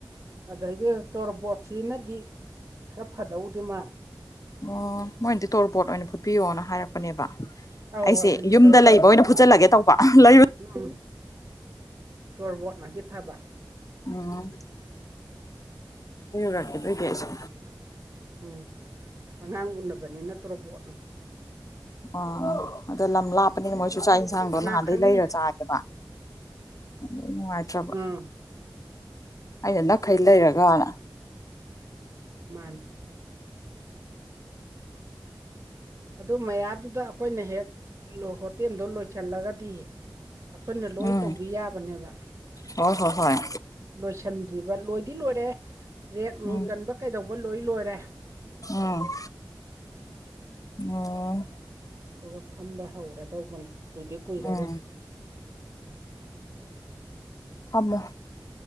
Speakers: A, on the right (about 40°); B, on the left (about 45°).
A: ꯑꯗꯩꯗꯤ ꯇꯣꯔꯕꯣꯠꯁꯤꯅꯗꯤ ꯈꯔ ꯐꯗꯍꯧꯗꯦ ꯃꯥꯗ
B: ꯑꯣ ꯃꯣꯏꯅꯗꯤ ꯇꯣꯔꯕꯣꯠ ꯑꯣꯏꯅ ꯐꯨꯠꯄꯤꯌꯣꯅ ꯍꯥꯏꯔꯛꯄꯅꯦꯕ
A: ꯑꯧ
B: ꯑꯩꯁꯦ
A: ꯑꯗꯨꯅꯤ
B: ꯌꯨꯝꯗ
A: ꯇꯣꯔꯣ
B: ꯂꯩꯕ ꯑꯣꯏꯅ ꯐꯨꯠꯆꯜꯂꯒꯦ ꯇꯧꯕ ꯂꯩꯔꯨ
A: ꯎꯝ ꯁꯣꯔꯕꯣꯠꯅꯗꯤ ꯐꯕ
B: ꯑ ꯌ ꯔꯀꯦ ꯇ ꯀꯁ
A: ꯎꯝ ꯑꯉꯥꯡ ꯎꯅꯕꯅꯤ ꯅꯠꯇ꯭ꯔꯣꯕꯣꯠ
B: ꯑ ꯑꯗꯨ ꯂ ꯂꯥꯄꯅꯤ ꯃ ꯆ ꯆꯥꯛ ꯌꯦꯟꯁꯥꯡꯗꯣ
A: ꯀꯅꯥ
B: ꯅꯍꯥꯟꯗꯩ
A: ꯈꯪꯅꯤ
B: ꯂꯩꯔ ꯆꯥꯒꯦꯕ ꯑꯗꯨ ꯅꯨꯡꯉꯥꯏꯇ꯭ꯔꯕ
A: ꯎꯝ
B: ꯑꯩꯅ ꯅꯥꯈꯩ ꯂꯩꯔꯒꯅ
A: ꯃꯥꯟ ꯑꯗꯨ ꯃꯌꯥꯗꯨꯗ ꯑꯩꯈꯣꯏꯅ ꯍꯦꯛ ꯍꯣꯇꯦꯜꯗꯣ ꯂꯣꯏꯁꯤꯜꯂꯒꯗꯤ ꯑꯩꯈꯣꯏꯅ ꯂꯣꯏ
B: ꯎꯝ
A: ꯇꯧꯕꯤ ꯌꯥꯕꯅꯦꯕ
B: ꯍꯣꯏ ꯍꯣꯏ ꯍꯣꯏ
A: ꯂꯣꯏꯁꯤꯟꯗ꯭ꯔꯤꯕ ꯂꯣꯏꯗꯤ ꯂꯣꯏꯔꯦ ꯔꯦꯛ ꯅꯨꯡ
B: ꯎꯝ
A: ꯆꯟꯕ ꯀꯩꯗꯧꯕ ꯂꯣꯏ ꯂꯣꯏꯔꯦ
B: ꯎꯝ ꯎꯝ
A: ꯑꯗꯨꯒ ꯐꯝꯕ ꯍꯧꯔꯗꯧꯕꯅꯤ ꯀꯨꯏꯗꯦ ꯀꯨꯏꯔꯔꯣꯏ
B: ꯎꯝ ꯑꯃꯝꯕ